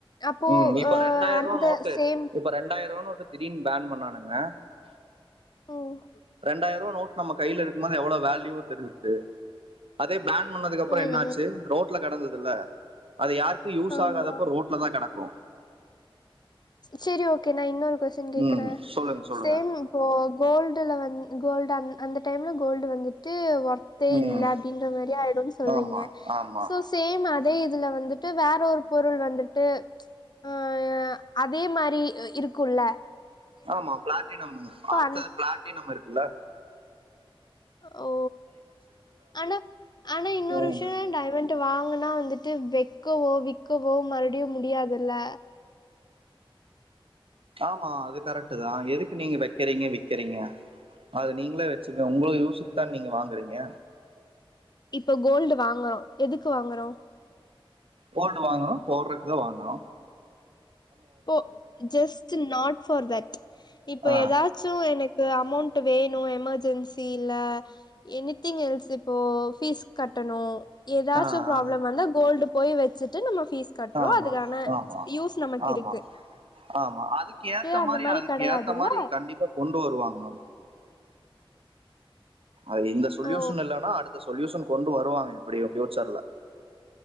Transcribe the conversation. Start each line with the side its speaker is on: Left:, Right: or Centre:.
Left: அப்போ
Right: ம் இப்ப
Left: அ
Right: ரெண்டாயிரவா
Left: அந்த
Right: நோட்டு
Left: சேம்
Right: இப்ப ரெண்டாயிரவா நோட்டு திடீர்னு பேன் பண்ணானுங் அ
Left: ம்
Right: ரெண்டாயிருவா நோட் நம்ம கைல இருக்கும்போது எவ்ளவு வேல்யூ தெரிது அதே பேன் பண்ணதுக்கப்ரொ
Left: ம்
Right: என்ன ஆச்சு
Left: ம்
Right: ரோட்ல கெடந்தது இல்லே அது யாருக்கு யூஸ்
Left: ஆமா
Right: ஆகாதப்போ ரோட்ல தா கெடக்கு
Left: செரி ஓகே நா இன்னொரு கொஸ்டின் கேகறேன்
Right: ம் சொல்லுங்க சொல்லுங்க
Left: சேம் இப்போ கோல்டுல வந் கோல்டு அ அந்த டைம்ல கோல்டு வந்துட்டு வோ வொர்தே
Right: ம்
Left: இல்ல அப்டின்ற மாரி ஆயிடும்னு சொல்றீங்க
Right: ஆமா ஆமா
Left: சோ சேம் இதே இதுல வந்துட்டு வேற ஒரு பொருள் வந்துட்டு அஹ் அதே மாதிரி இருக்கும்ல
Right: ஆமா பிளாட்டினம் அடுத்தது
Left: அந்
Right: பிளாட்டினம் இருக்கு இல்ல
Left: ஓ ஆனா ஆனா இன்னொரு
Right: ம்
Left: விஷயம் டைமண்டு வாங் ங்கனா வந்துட்டு வெக்கவோ விக்கவோ மறுபடியு முடியாதுல்ல
Right: ஆமா அது கரெக்டு தா எதுக்கு நீங்க வக்கறீங்க விக்கிறீங்க அது நீங்களே வச்சுங்கங்க உங்களுது யூசுக்கு தா நீங்க வாங்குறீங்க
Left: இப்ப கோல்டு வாங்கரோ எதுக்கு வாங்கறோம்
Right: கோல்டு வாங்கரோம் போடறக்குதா வாங்கரோம்
Left: இப்போ ஜெஸ்ட் நாட் ஃபோர் தட் இப்ப
Right: ஆ
Left: எதாச்சு எனக் கு அமௌண்ட் வேணு எமர்ஜென்சி இல்ல எனித்திங் எல்ஸ் இப்போ பீஸ் கட் எதாச்சு
Right: ஆ
Left: ப்ராப்ளம்
Right: ஆ,
Left: வந்தா கோல்டு போய் வச்சுட்டு நம்ம பீஸ் கட்றோ
Right: ஆமா
Left: அதுக்கான
Right: ஆமா
Left: யூஸ் நமக்கு
Right: ஆமா
Left: இருக்
Right: ஆமா அதுக்கு ஏத்த
Left: அந்த
Right: மாரி அதுக்கு
Left: கெடையாதுல்ல
Right: ஏத்த மாரி கண்டிப்பா கொண்டு வருவாங்க மேம் அ இந்த சொல்யூஷன்
Left: ஓ
Right: இல்லன்னா அடுத் த்த சொல்யூஷன் கொண்டு வருவாங்க எப்புடியு ப்ஃயூச்சர்ல